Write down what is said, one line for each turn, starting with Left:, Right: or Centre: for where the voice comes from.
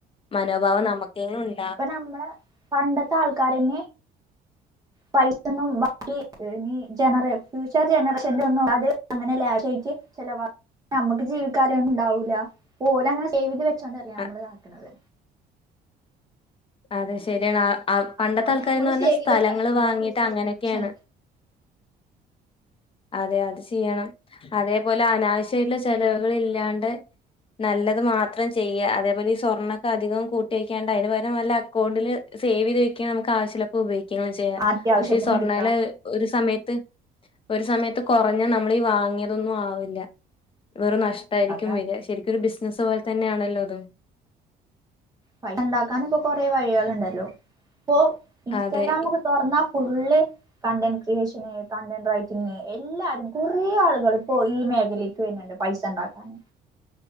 Left: മനോഭാവം നമുക്കെങ്കിലും ഇ
Right: ഇപ്പൊ നമ്മളെ പണ്ടത്തെ ആൾക്കാരന്നെ
Left: <inaudible>
Right: പൈസൊന്നും ബാക്കി ഈ ജനറ ഫ്യൂച്ചർ ജനറേഷന്റൊന്നും അത് അങ്ങനെ ലാഷയിട്ട് ചെലവാ അമ്മക്ക് ജീവിക്കാനൊന്നും ഇണ്ടാവൂല ഇപ്പോലങ്ങനെ സേവിത് വെചോണ്ടല്ലേ അമ്മള്
Left: അ
Right: ആക്ക്ണത്
Left: അതെ ശരിയാണ് പണ്ടത്തെ
Right: അതുപോലെ
Left: ആൾക്കാരന്നറഞ്ഞാ
Right: നമ്മളും സേവ്
Left: സ്ഥലങ്ങള്
Right: ചെയ്ത് വെക്കണം നമ്മളെ
Left: വാങ്ങീട്ട്
Right: ഫ്യൂച്ചർ
Left: അങ്ങനൊക്കെയാണ്
Right: ജനറേഷൻ
Left: അതെ അത് ചെയ്യണം അതേപോലെ അനാവശ്യായിട്ട്ള്ള ചെലവുകള് ഇല്ലാണ്ട് നല്ലത് മാത്രം ചെയ്യ അതേപോലെ ഈ സ്വർണ്ണൊക്കെ അധികം കൂട്ടി വെക്കാണ്ട അയിന്പകരം വല്ല അകൗണ്ടില് സേവീത് വെക്ക അമുക്ക് ആവശ്യല്ല ഇപ്പ ഉപയോഗിക്കങ്ങനെ ചെയ്യാ
Right: അത്യാവശ്യത്തിന്
Left: പക്ഷെ ഈ സ്വർണ്ണേല
Right: എടുക്കാ
Left: ഒരു സമയത്ത് ഒരു സമയത്ത് കൊറഞ്ഞ നമ്മളീ വാങ്ങിയതൊന്നും ആവില്ല വെറും നഷ്ടായിരിക്കും
Right: അതാണ്
Left: വര ശരി ക്കും ഒരു ബസിനസ് പോലെ തന്നെയണല്ലോതും
Right: പ ഉണ്ടാക്കാന ഇപ്പോ കൊറെ വഴികൾ ളുണ്ടല്ലോ ഇപ്പൊ ഇൻസ്റ്റാഗ്രാമ
Left: അതെ
Right: ഒക്കെ തൊർന്നാ full content creation content writing എല്ലാരും കുറേ ആളുകൾ ഇപ്പോ ഈ മേഖലയില് ണ്ട് പൈസ ഉണ്ടാക്കാന്